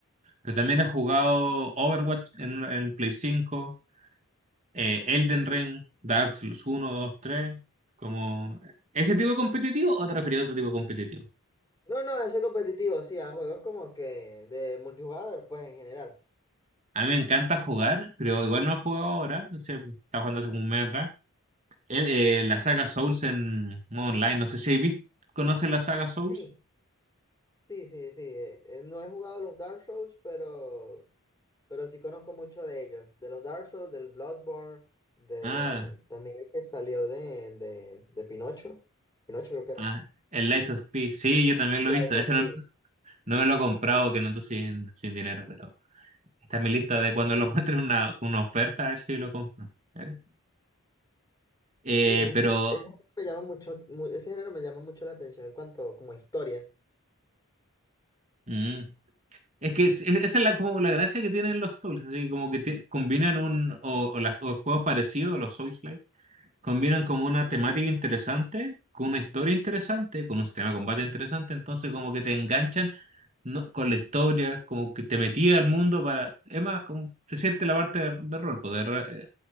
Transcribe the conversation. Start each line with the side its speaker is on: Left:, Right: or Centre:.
Right: Pero también he jugado Overwatch en, en el Play cinco eh, Elden Ring, Dark Souls uno, 2, 3, como ese tipo competitivo o te refieres a otro tipo competitivo.
Left: No, no, ese competitivo, sí, a juegos como que de multijugador, pues en general.
Right: A mí me encanta jugar, pero igual no he jugado ahora, no sé, estaba jugando hace como un mes atrás. El- eh, la saga Souls en modo online, no sé si habéis visto, ¿conoces la saga Souls?
Left: Sí, sí, sí, sí. eh, eh, no he jugado los Dark Souls, pero Pero sí conozco mucho de ellos, de los Dark Souls, del Bloodborne, de
Right: Ah,
Left: también el que salió de, de, de Pinocho, Pinocho creo que era,
Right: ah, el Lies of P, sí, yo también lo
Left: Life
Right: he visto,
Left: Sí.
Right: ese
Left: of
Right: no,
Left: Pi.
Right: no me lo he comprado, que no ando sin, sin dinero, pero está en mi lista de cuando lo <laughs> encuentre una, una oferta, a ver si lo compro. A ver. Eh,
Left: Sí, ese,
Right: pero...
Left: ese me llama mucho, mu- ese género me llama mucho la atención en cuanto como a historia.
Right: mm, Es que es- es- esa es la, como la gracia que tienen los Souls, así como que te- combinan un, o, o las- o juegos parecidos a los Souls-like, combinan como una temática interesante, con una historia interesante, con un sistema de combate interesante, entonces como que te enganchan no- con la historia, como que te metía al mundo para, es más, como se siente la parte de, de rol, pues, de, re- eh,